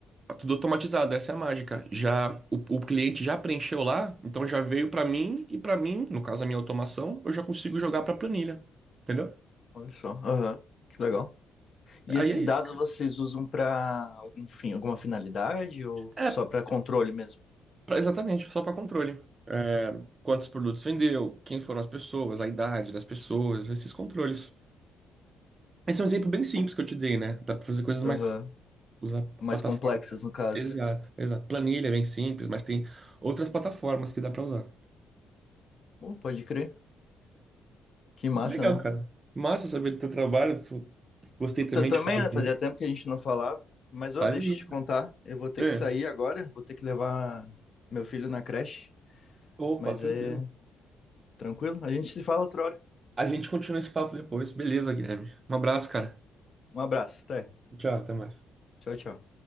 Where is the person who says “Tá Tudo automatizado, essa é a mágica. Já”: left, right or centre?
Right